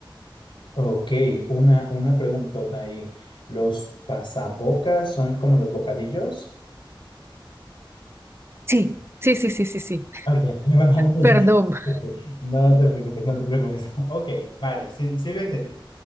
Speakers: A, on the left; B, on the right.
A: Ok, una, una preguntota ahí. ¿Los pasabocas son como los bocadillos?
B: Sí, sí, sí, sí, sí, sí.
A: Ok, <laughs> vale.
B: Perdón. <laughs>
A: Ok, No te preocupes, no te preocupes. Ok, vale, sí, sí lo entendí.